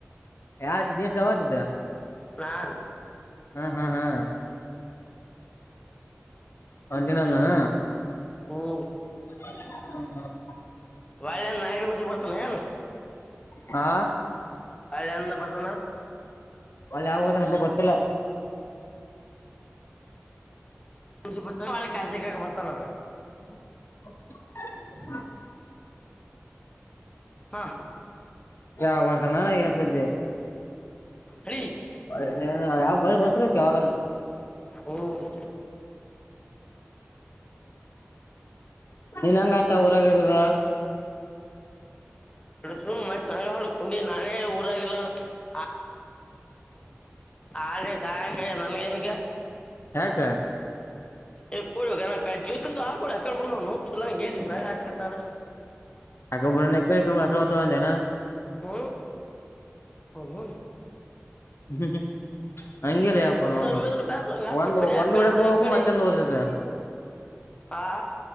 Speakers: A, on the left (about 60°); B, on the left (about 25°).
A: ಯಾರ <unintelligible>
B: ನಾರ್
A: ಹ್ಮ್ ಹ್ಮ್ ಹ್ಮ್ ಅಂಜಿನಂದನಾ
B: ಹ್ಮ್
A: <inaudible>
B: ವೈಲ್ಡ್ ಲೈಂಡ ನಯಗ್ರ ಮಶ ಬಡ್ತನನ
A: ಹಾ
B: ಅಳನ್ನ ಪಡ್ತನಾ
A: ಅಲ್ ಯಾವದನಬ್ಬ ಗೊತ್ತಿಲ್ಲ
B: ಖುಷಿಡ್ತ ಕ ಬರ್ತಾನ
A: ಹ <unintelligible>
B: ಹಾ
A: ಯಾವ ಬರ್ತಾನಾನ ಎಸಿದೆ
B: ಅಡಿ
A: ಅ ಆವ ಬಾರಿ ಬತರ ಯಾವಗನ <inaudible>
B: ಹ್ಮ್
A: ನಿನ್ನಂಗ ಆತ ಊರಗ ಇರುದ
B: ಹ್ಮ್ ಅ ತನ ಕು ನಾನೇ ಊರಿ ಇಲ್ಲ <unintelligible> ಆಳ ಸಾಯಂಕಾಲ ನನ್ಗೆ ಹೀಗ
A: ಯಾಕ
B: <unintelligible> ಆಗ ಬನು ತ ಭ <unintelligible>
A: <unintelligible>
B: ಹು ಹು <unintelligible>
A: ಹ್ಮು ಹ್ಮು. ಹಂಗಿಲ್ಲ <unintelligible>
B: ಒಂದ್ಸರಿ ಮೇದ್ರ ಬೇಸಂಗ ಹಾಕೊಡ್
A: ಒಂದ
B: ಬರೀ
A: ಒಂದ್
B: ಆಕಡೆ ಬಂದ
A: <unintelligible>
B: ಈ ಕಡೆ
A: ಮತ್ತೊಂದು ಓದಿದೆ.
B: ಆ